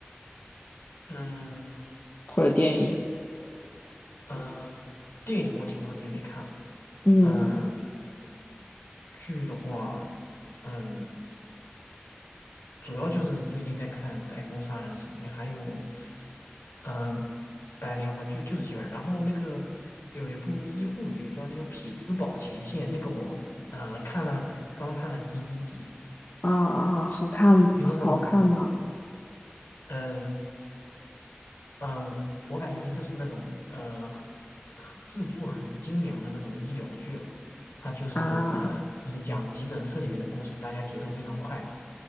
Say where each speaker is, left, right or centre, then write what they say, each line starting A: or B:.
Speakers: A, on the left; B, on the left.
A: 嗯
B: 或者电影？
A: 嗯，呃电影我挺长时间没看了。
B: 嗯
A: 嗯、剧的话，嗯，主要就是最近在看《白宫杀人事件》，还有，嗯，《白莲花》就就这些吧。然后那个有一部医护剧叫那个《匹兹堡前线》，那个我呃看了，刚看了第一集，
B: 啊啊，好看好看吗？
A: 听说过呢？呃嗯、呃，我感觉它就是那种呃很很制作很精良的那种医疗剧了。它就是呃就是讲急诊室里面的故事，
B: 啊。
A: 大家节奏非常快。